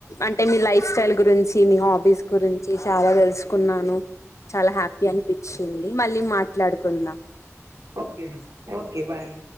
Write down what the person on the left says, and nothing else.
అంటే మీ లైఫ్ స్టైల్ గురించి మీ హాబీస్ గురించి చాలా తెలుసుకున్నాను చాలా హ్యాపీ అనిపిచ్చింది మళ్ళీ మా ట్లాడుకుందాం